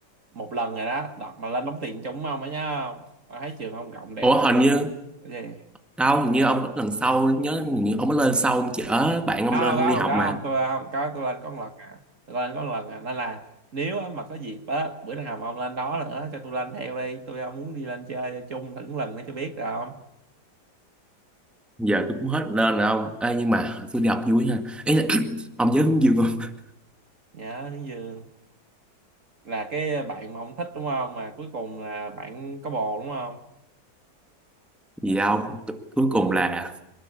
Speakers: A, on the right (about 50°); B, in the centre.
A: một lần rồi đó đợt mà lên đóng tiền chúng ông á nhá Tôi thấy trường ông rộng đẹp
B: ủa hình như
A: Cái gì
B: đâu hình như ông lần sau nhớ hình như ông mới lên sau ông chở bạn ông
A: không
B: lên
A: có
B: đi
A: không
B: học
A: có
B: mà
A: không tôi à, không có tôi lên có một lần à tôi lên có một lần à nên là nếu á, mà có dịp á bữa nào mà ông lên đó nữa cho tôi lên theo đi tôi à, muốn đi lên chơi chung thử lần nữa cho biết rồi không
B: giờ tôi cũng hết lên rồi ông Ê, nhưng mà tôi đi học vui ha ý là <clears throat> ông nhớ cũng vui không
A: nhớ hướng dương là cái bạn mà ông thích đúng không mà cuối cùng là bạn có bồ đúng không
B: gì đâu Tu- cuối cùng là